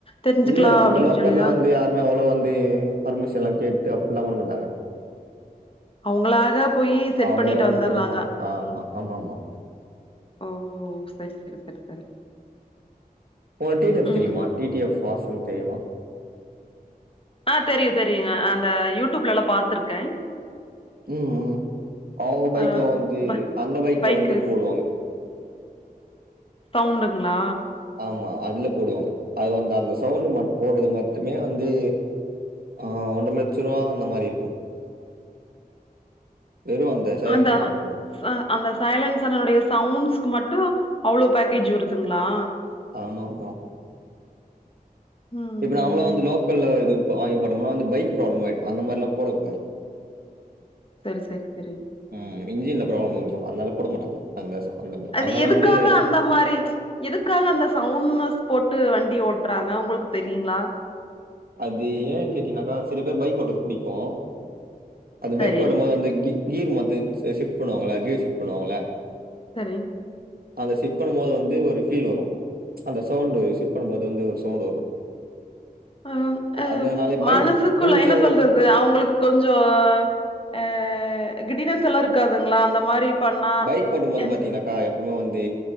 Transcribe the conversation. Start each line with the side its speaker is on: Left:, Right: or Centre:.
Left: தெரிஞ்சுக்கலா
Right: இல்ல நம்ம
Left: அப்டின்னு
Right: லோக்கல்ல
Left: சொல்லிதா
Right: வந்து யாருமே அவ்ளோவ வந்து பர்மிஷன்ல்லா கேட்டு அப்டிலா பண்ண மாட்டாங்க
Left: அவங்களா க போயி செட்
Right: அவங்களே
Left: பண்ணிட்டு
Right: வந்து
Left: வந்தற்றாங்க
Right: பண்ணிப்பாங்க ஆமா ஆமாமா
Left: ஓ செரி செரி செரி செரி
Right: உனக்கு டி டி எஃப்
Left: ம்
Right: தெரியுமா? டி டி எஃப் வாசன் தெரியுமா?
Left: ஆ தெரியு தெரியுங்க அந்த யூடியூப்லல்லா பாத்துருக்க
Right: ம் ம் அவுங்க பைக்லா
Left: அ
Right: வந்து
Left: ப
Right: அந்த பைக்ல
Left: பைக்கு
Right: வந்து போடுவாங்க
Left: சவுண்ட்டுங்களா
Right: ஆமா அதுல போடுவாங்க அது வந்து அந்த சவுண்டு மட் போட்றது மட்டுமே வந்து ஆ ஒன்ற லட்ச ரூவா அந்த மாரி இருக்கும் வெறு அந்த சைலன்சர்
Left: அந்தா
Right: மட்டுமே
Left: அந்த சைலன்ஸ்ரனுடைய சவுண்ட்ஸ்க்கு மட்டு அவ்ளோ பேக்கேஜ் வருதுங்களா
Right: ஆமா ஆமா
Left: ம்
Right: இப்ப நாமளா
Left: ம்
Right: வந்து லோ க்கல்ல இது வாங்கி போட்டமுன்னா வந்து பைக் ப்ராப்ளம் ஆயிடு அந்த மாரிலா போடக்கூடாது
Left: சரி சரி சரி
Right: ம் இன்ஜின்ல ப்ராப்ளம் வந்துரும் அதனால போட மாட்டாங்க அந்த <unintelligible>
Left: அது எதுக்காக
Right: வந்து
Left: அந்த மாரி எதுக்காக அந்த சவுண்நெஸ் போட்டு வண்டி ஓட்றாங்க உங்களுக்கு தெரியுங்களா
Right: அது ஏன் கேட்டீங்கனாக்கா சில பேர் பைக் ஓட்டுறது புடிக்கு அந்த பைக்
Left: சரிங்
Right: ஓட்ட போது வந்து கீ கீர் மத்த ஷிஃப்ட் பண்ணுவாங்கள கீர் ஷிஃப்ட் பண்ணுவாங்கள
Left: செரிங்
Right: அந்த ஃபிட் பண்ணுபோது வந்து ஒரு ஃபீல் வரு அந்த சவுண்ட் ஃபிட் பண்ணுபோது வந்து ஒரு சவுண்ட் வரு
Left: அ அ
Right: அதனாலே பைக்
Left: மனசுக்குள்ள
Right: புடிச்சவங்களுக்கு
Left: என்ன சொல்றது அவங்களுக் கொஞ்சோ ஆ கிடினெஸல்லா இருக்காதுங்களா அந்த மாரி பண்ணா
Right: பைக் ஓட்டு போது
Left: என்
Right: பாத்தீங்கன்னாக்கா எப்பமே வந்து